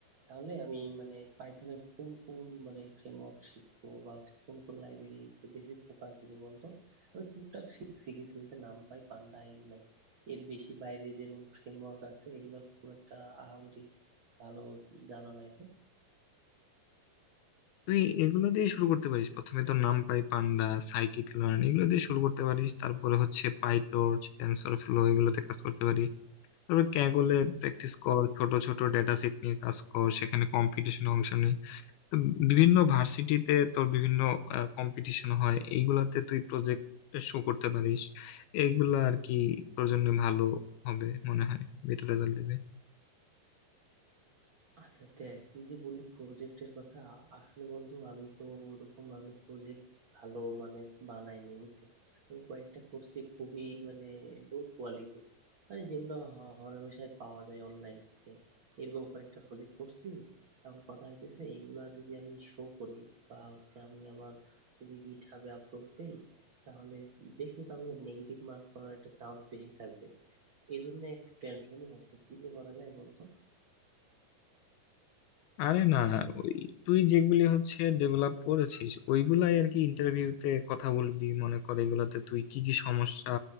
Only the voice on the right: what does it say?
তাহলে আমি মানে পাইথনের কোন কোন মানে ফ্রেমওয়ার্ক শিখবো বা হচ্ছে কোন কোন লাইব্রেরিতে বেশি ফোকাস দিব বলতো আমি টুকটাক শিখছি কিছু যে নামপাই পান্ডা এগুলো এর বেশি বাইরে যেমন ফ্রেমওয়ার্ক আছে এগুলো খুব একটা আহামরি ভালো জানা নাই
আচ্ছা দেখ তুই যে বললি প্রজেক্টের কথা আসলে বন্ধু আমি তো ওরকম ভাবে প্রজেক্ট ভালো মানে বানাইনি বুঝছিস আমি কয়েকটা করছি খুবই মানে লো কোয়ালিটি মানে যেগুলো হ- হরহামেশাই পাওয়া যায় অনলাইনে এরকম কয়েকটা প্রজেক্ট করছি এখন কথা হইতেছে এগুলা যদি আমি শো করি বা হচ্ছে আমি আমার যদি গিট হাবে আপলোড দেই তাহলে দেখলে তো আমাকে নেগেটিভ মার্ক করার একটা চান্স বেশি থাকবে এই জন্য একটু টেনশনই হচ্ছে কি যে করা যায় বলতো